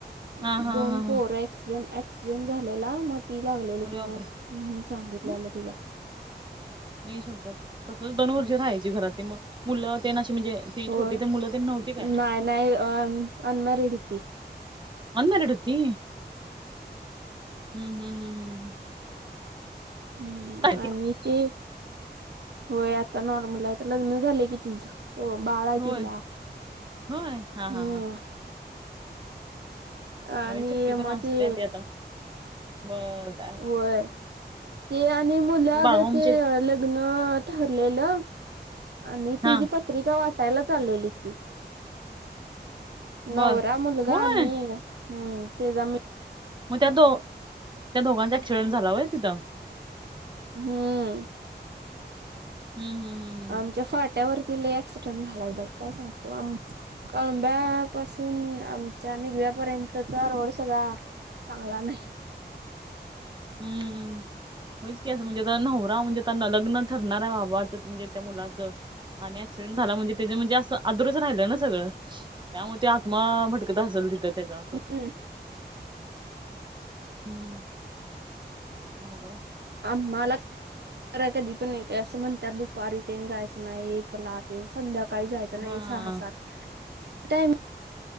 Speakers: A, on the right; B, on the right.
A: मग
B: हा
A: त
B: हा
A: दोन
B: हा
A: ॲक्सिडेंट ॲक्सिडेंट झालेला मग ती लागलेली
B: अरे
A: मग
B: बापरे
A: म्हणून सांगितलेल
B: हं,
A: तिला.
B: आई शप्पत तसच दोनवर्ष राहायची घरात ती मग मुल तेन आशी म्हणजे ती
A: हो
B: छोटी
A: नाही
B: ते मुलं ते नव्हती काय
A: नाही अन अनमॅरिड होती.
B: अनमॅरीड होती. हम्म हम्म हम्म हम्म हम्.
A: हम्म
B: ती?
A: आणि ते होय आता नॉर्मल आहे तर लग्न झालय कि तिच. हो बाळ आहे
B: होय
A: तीला
B: होय हा
A: हम्म.
B: हा हा
A: आणि
B: वाईट शक्ती पण
A: मग
B: असते
A: ते
B: ती आता मग.
A: होय ते आणि मुल
B: तर
A: आग
B: बाळमामाचे
A: ते
B: आहेत.
A: लग्न ठरलेल आणि तिची
B: हा
A: पत्रिका वाटायला चाललेली ती. नवरा
B: बर
A: मुलगा
B: होय
A: आणि हम्म त्याचा मी
B: मग त्या दो त्या दोघांचा ॲक्सिडेंट झाला होय तिथ?
A: हम्म
B: हम् हम्म, हम्म
A: आमच्या फाट्यावरती लय ॲक्सिडेंट झालाय बाई काय सांगतो आमच. कळंब्या पासून आमच्या निघव्या पर्यंतचा रोड सगळा चांगला नाही.
B: हम्म हम्म. होच की अस म्हणजे आता नवरा म्हणजे लग्न ठरणार आहे बाबा म्हणजे त्या मुलाच. आणि ऍक्सिडेंट झाला म्हणजे त्याच म्हणजे असं अदुरच राहिल ना सगळ. त्यामुळ ती आत्मा भटकत असेल तिथ त्याज अस
A: हम्म,
B: हम्म अवघड हाय.
A: आम्हाला य कधी पण येते अस म्हणतात दुपारी तेन जायच नाही एकला तेन संध्याका काही जायच नाही
B: हा
A: सहा सात <unintelligible>